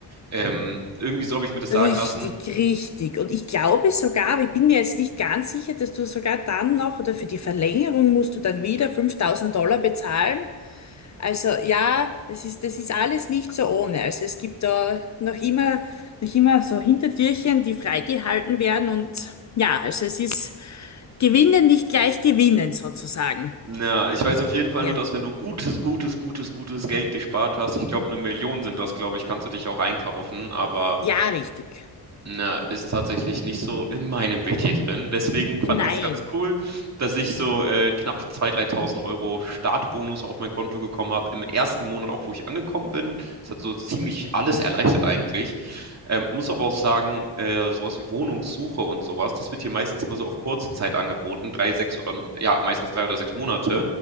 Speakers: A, on the right; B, on the left.
A: ähm, irgendwie so habe ich mir das sagen
B: Richtig,
A: lassen.
B: richtig. Und ich glaube sogar, aber ich bin mir jetzt nicht ganz sicher, dass du sogar dann noch oder für die Verlängerung musst du dann wieder 5000 Dollar bezahlen. Also ja, das ist, das ist alles nicht so ohne. Also es gibt da noch immer, noch immer so Hintertürchen, die freigehalten werden und ja, also es ist Gewinnen nicht gleich gewinnen sozusagen.
A: Ja, ich weiß auf jeden Fall
B: Ja,
A: nur, dass wenn du gutes, gutes, gutes, gutes Geld gespart hast, ich glaube, 1.000.000 sind das, glaube ich, kannst du dich auch einkaufen, aber
B: ja, richtig.
A: Na, ist tatsächlich nicht so in meinem Budget drin. Deswegen fand
B: Nein.
A: ich es ganz cool, dass ich so äh, knapp 2.000, 3.000 Euro Startbonus auf mein Konto gekommen habe. Im ersten Monat auch, wo ich angekommen bin. Es hat so ziemlich alles erleichtert eigentlich. Ähm, muss aber auch sagen, äh, sowas wie Wohnungssuche und sowas, das wird hier meistens immer so auf kurze Zeit angeboten. Drei, sechs oder, ja, meistens drei oder sechs Monate.